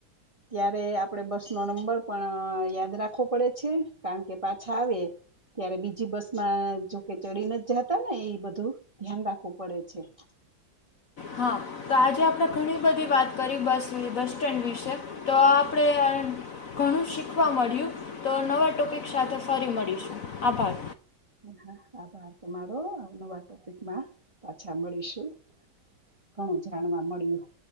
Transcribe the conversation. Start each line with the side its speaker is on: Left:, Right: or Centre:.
Right: ત્યારે આપડે બસનો નંબર પણ યાદ રાખવો પડે છે કારણ કે પાછા આવે ત્યારે બીજી બસ માં જોકે ચડી નથ જાતા ને એ બધું ધ્યાન રાખવું પડે છે. <inaudible>
Left: હા, તો આજે આપડે ઘણી બધી વાત કરી બસ જોએ બસ સ્ટેન્ડ વિશે. તો આપણે ઘણું શીખવા મળ્યું તો નવા ટો પીક સાથે ફરી મળીશું, આભાર.
Right: હા, આભાર તમારો. નવા ટોપિકમાં પાછા મળીશું. ઘણું જાણવા મળ્યું.